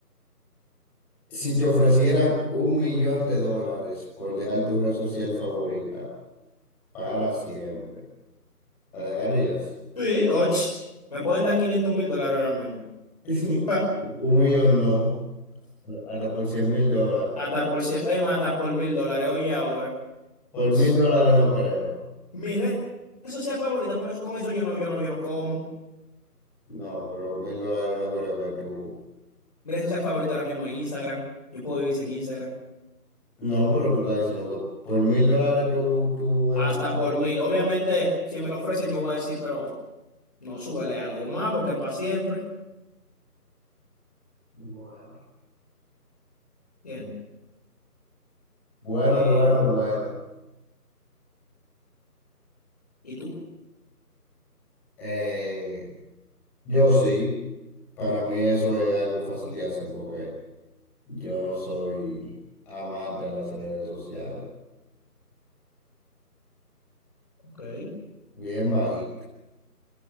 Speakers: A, in the centre; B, on the left.
A: si te ofrecieran un millón de dólares por dejar tu red social favorita para siempre, ¿la dejarías?
B: Sí, ocho. Me pueden dar quinientos mil dólares ahora mismo.
A: <laughs>
B: Ja.
A: Un millón no. Hasta por cien mil dólares.
B: Hasta por, cien- eh, más, hasta por mil dólares. Oye, ahora.
A: Por mil
B: Pss.
A: dólares no creo.
B: Mi red social favorita, pero es- con eso yo no, yo no, yo no como.
A: No, pero mil dólares no creo que tú.
B: Mi red social favorita ahora mismo es Instagram. Yo puedo vivir sin Instagram.
A: No, pero tú estás diciendo que por mil dólares tú, tú. al-
B: Hasta por mil. Obviamente, si me lo ofrecen, yo voy a decir, pero no, súbele algo más porque es para siempre.
A: Bueno,
B: Bien.
A: bueno,
B: Eh,
A: bueno, bueno.
B: ¿y tú?
A: Eh, yo sí. Para mí eso es algo fácil de hacer porque yo no soy amante de las redes sociales.
B: Ok. O
A: Bien bajito,